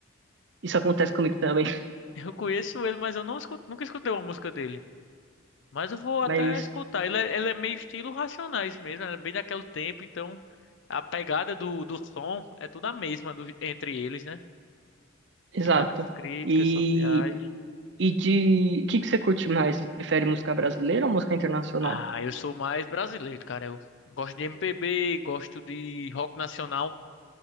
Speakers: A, on the right (about 55°); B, on the left (about 60°).
A: isso acontece comigo também. <laughs>
B: Eu conheço ele, mas eu não escu- nunca escutei uma música dele. Mas eu vou
A: Mas,
B: até escutar. Ele é, ele é meio estilo Racionais mesmo, é bem daquele tempo, então a pegada do, do som é toda a mesma do- entre eles, né?
A: exato.
B: Tipo as críticas
A: E,
B: sociais.
A: e de. O que que você curte mais? Você prefere música brasileira ou música internacional?
B: Ah, eu sou mais brasileiro, cara. Eu gosto de MPB, gosto de rock nacional.